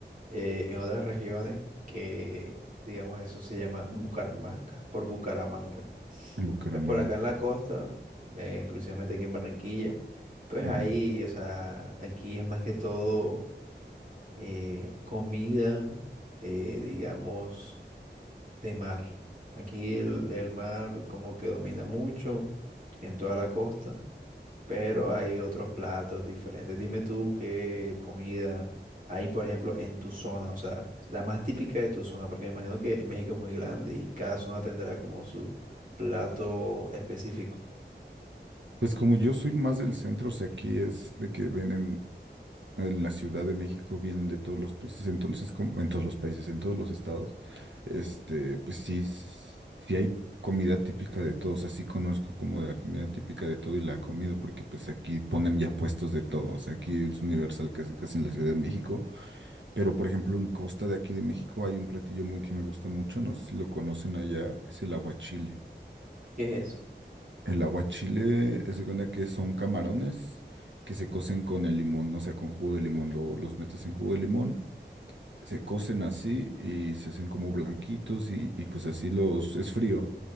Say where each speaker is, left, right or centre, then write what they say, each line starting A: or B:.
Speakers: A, on the right; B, on the right.
A: eh, en otras regiones, que digamos eso se llama Bucaramanga, por Bucaramanga.
B: en Bucaramanga.
A: Pues por acá en la costa, eh, exclusivamente aquí en Barranquilla, pues
B: Ujú.
A: ahí, o sea, aquí es más que todo eh, comida, eh, digamos. de mar. Aquí el, el mar como que domina mucho en toda la costa, pero hay otros platos diferentes. Dime tú qué comida hay, por ejemplo, en tu zona, o sea, la más típica de tu zona, porque me imagino que México es muy grande y cada zona tendrá como su plato específico.
B: Pues como yo soy más del centro, o sea, aquí es de que vienen en la Ciudad de México, vienen de todos los países, entonces, como, en todos los países, en todos los estados. Este, pues sí, s- sí hay comida típica de todos, así conozco como de la comida típica de todo y la he comido porque pues aquí ponen ya puestos de todos, aquí es universal casi casi en la Ciudad de México, pero por ejemplo en Costa de aquí de México hay un platillo muy que me gusta mucho, no sé si lo conocen allá, es el aguachile.
A: ¿Qué es eso?
B: El aguachile es de cuenta que son camarones que se cocen con el limón, o sea, con jugo de limón, lo- los metes en jugo de limón, se cocen así y se hacen como blanquitos y, y pues así los, es frío.